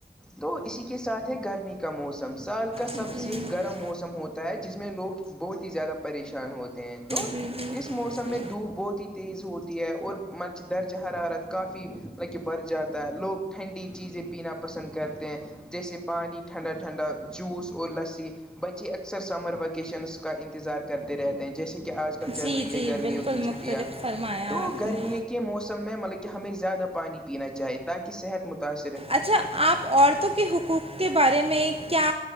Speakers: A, in the centre; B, on the right (about 35°).
A: تو اسی کے ساتھ ہے گرمی کا موسم سمسال کا سب
B: جی
A: سے
B: جی
A: گرم موسم ہوتا ہے جس میں لوگ بہت ہی زیادہ پریشان ہوتے ہیں تو
B: جی جی
A: اس موسم
B: جی
A: میں دھوپ بہت ہی تیز ہوتی ہے اور مرچ درج حرارت کافی کہ بر جاتا ہے لوگ ٹھنڈی چیزیں پینا پسند کرتے ہیں جیسے پانی ٹھنڈا ٹھنڈا جوس اور لسی بچے اکثر سمر ویکیشنس کا انتظار کرتے رہتے ہیں جیسے کہ آج کل چل
B: جی
A: رہی
B: جی
A: ہے گرمیوں
B: بالکل
A: کی چھٹیاں
B: مختلف فرمایا
A: تو
B: آپ
A: گرمییا
B: نے
A: ک موسم میں مطلب کہ ہمیں زیادہ پانی پینا چاہیے تاکہ صحت متاثر
B: اچھا آپ عورتوں کے حقوق کے بارے میں کیا